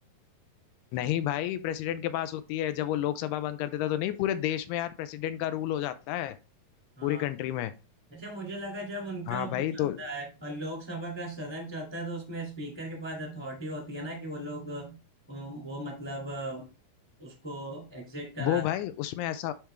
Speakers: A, on the left (about 80°); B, in the centre.
A: नहीं भाई प्रेसिडेंट के पास होती है जब वो लोकसभा भंग कर देता तो नहीं पूरे देश में यार प्रेसिडेंट का रूल हो जाता है
B: हाँ
A: पूरी कंट्री में
B: अच्छा मुझे लगा जब उनका
A: हाँ
B: वो
A: भाई
B: चलता
A: तो
B: है और लोकसभा का सदन चलता है तो उसमें स्पीकर के पास अथॉरिटी होती है ना कि वो लोग अ, वो मतलब अ, उसको एग्जिट करा
A: वो
B: सकते
A: भाई उसमें ऐसा